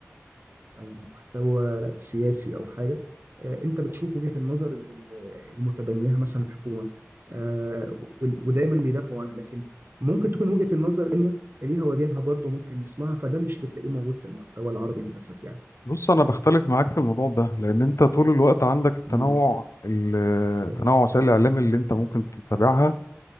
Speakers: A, on the right (about 50°); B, on the left (about 75°).
A: او محتوى سياسي او حاجه آه، انت بتشوف وجهه النظر ال- ال- المتبنيها مثلا الحكومه آه، وال- ودايما بيدافعوا عنها لكن ممكن تكون وجهه النظر الثانيه ليها وجهها برضه ممكن نسمعها فده مش بتلاقيه موجود في المحتوى العربي للاسف يعني
B: بص انا بختلف معاك في الموضوع ده لان انت طول الوقت عندك التنوع
A: امم
B: ال-
A: اتفضل
B: تنوع وسائل الاعلام اللي انت ممكن تتابعها